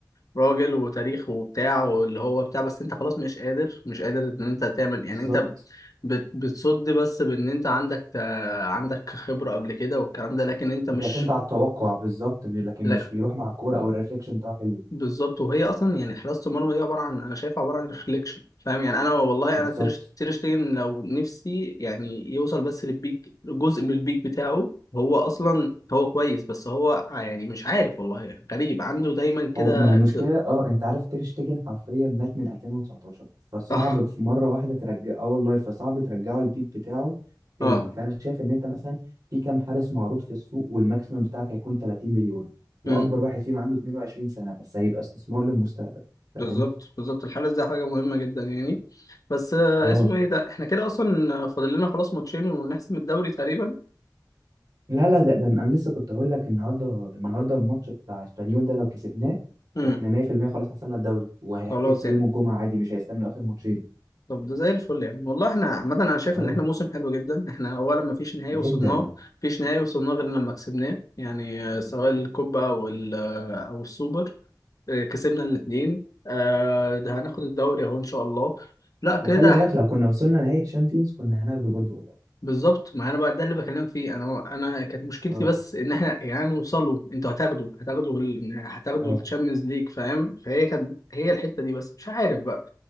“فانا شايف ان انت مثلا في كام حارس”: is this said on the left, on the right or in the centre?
Right